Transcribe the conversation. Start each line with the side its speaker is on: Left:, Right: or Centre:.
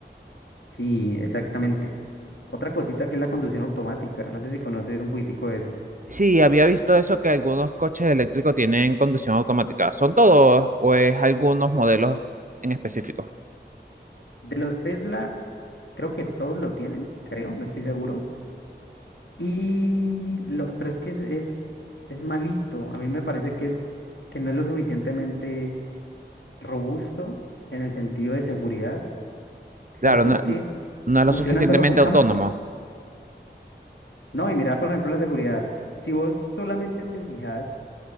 Left: Sí, exactamente. Otra cosita que es la conducción automática. No sé si conoces un poquitico de eso.
Right: Sí, había visto eso que algunos coches eléctricos tienen conducción automática. ¿Son todos o es algunos modelos en específico?
Left: De los Tesla, creo que todos lo tienen, creo, no estoy seguro. Y lo, pero es que es, es, es malito. A mí me parece que es que no es lo suficientemente robusto en el sentido de seguridad,
Right: Claro,
Left: porque
Right: no,
Left: es que
Right: no es
Left: funciona
Right: lo suficientemente
Left: solo con cámaras.
Right: autónomo.
Left: No, y mira, por ejemplo, la seguridad. Si vos solamente te fijas